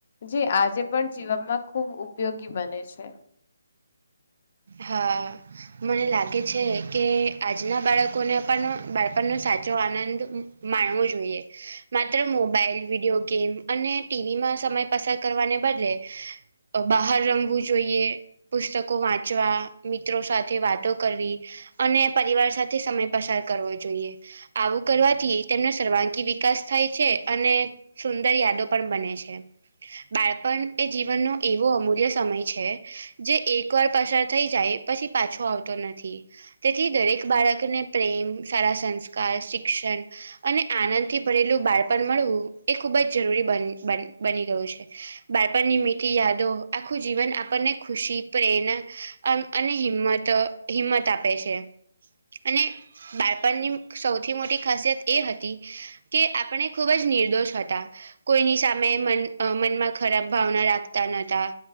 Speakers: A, on the left; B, on the right.
A: જે આજે પણ જીવમ માં ખૂબ ઉપયોગી બને છે.
B: હા. મને લાગે છે કે આજના બાળકોને પણ બાળપણનો સાચો આનંદ માણવું જોઈએ. માત્ર મોબાઈલ, વિડીયો ગેમ અને ટીવીમાં સમય પસાર કરવાને બદલે બહાર રમવું જોઈએ, પુસ્તકો વાંચ -ચવા, મિત્રો સાથે વાતો કરવી અને પરિવાર સાથે સમય પસાર કરવો જોઈએ. આવું કરવાથી તેમનો સર્વાગી વિકાસ થાય છે અને સુંદર યાદો પણ બને છે. બાળપણ એ જીવનનો એવો અમૂલ્ય સમય છે જે એક વાર પસાર થઈ જાય પછી પાછો આવતો નથી. તેથી દરેક બાળકને પ્રેમ, સારા સંસ્કાર, શિક્ષણ અને આનંદથી ભરેલું બાળપણ મળવું એ ખૂબ જ જરૂરી બન બન બની રહ્યું છે. બાળપણની મીઠી યાદો આખું જીવન આપણને ખુશી, પ્રેરણા, અને હિંમત હિંમત આપે છે અને બાળપણની સૌથી મોટી ખાસિયત એ હતી કે આપણે ખૂબ જ નિર્દોષ હતા. કોઈની સામે મન મનમાં ખરાબ ભાવના રાખતા નતા.